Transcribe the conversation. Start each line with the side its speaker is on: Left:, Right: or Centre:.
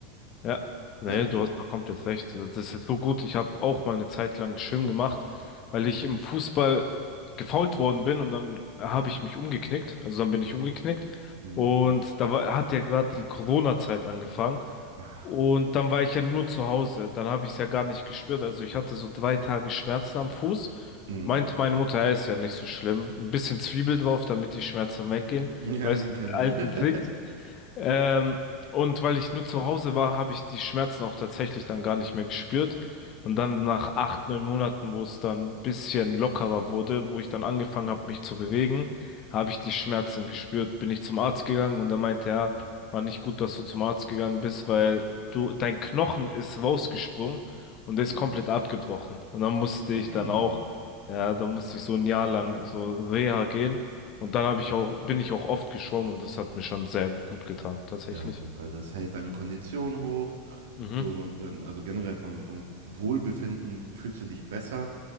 Left: Ja, nee,
Right: Ehrlich.
Left: du hast da komplett recht. Das ist so gut. Ich habe auch mal eine Zeit lang Schwimmen gemacht, weil ich im Fußball gefoult worden bin und dann habe ich mich umgeknickt. Also dann bin ich umgeknickt
Right: Mhm.
Left: und da war, hat ja gerade die Corona-Zeit angefangen
Right: Ah.
Left: und dann war ich ja nur zu Hause. Dann habe ich es ja gar nicht gespürt. Also ich hatte so drei Tage Schmerzen am Fuß.
Right: Mhm.
Left: Meinte meine Mutter, ja, ist ja nicht so schlimm. Ein bisschen Zwiebel drauf, damit die Schmerzen weggehen.
Right: Ja,
Left: Weißt
Right: den
Left: du,
Right: kenne
Left: die alten
Right: ich.
Left: Tricks.
Right: <laughs>
Left: Ähm, und weil ich nur zu Hause war, habe ich die Schmerzen auch tatsächlich dann gar nicht mehr gespürt. Und dann nach acht, neun Monaten, wo es dann ein bisschen lockerer wurde, wo ich dann angefangen habe, mich zu bewegen, habe ich die Schmerzen gespürt, bin ich zum Arzt gegangen und er meinte, ja, war nicht gut, dass du zum Arzt gegangen bist, weil du, dein Knochen ist rausgesprungen und der
Right: Hm.
Left: ist komplett abgebrochen. Und dann musste ich
Right: Ui.
Left: dann auch, ja, dann musste ich so ein Jahr lang so Reha gehen. Und dann habe ich auch, bin ich auch oft geschwommen und das hat mir schon sehr gut getan, tatsächlich.
Right: Ja, auf jeden Fall. Das hält deine Kondition hoch.
Left: Mhm.
Right: Du, dann, also generell vom, vom Wohlbefinden fühlst du dich besser.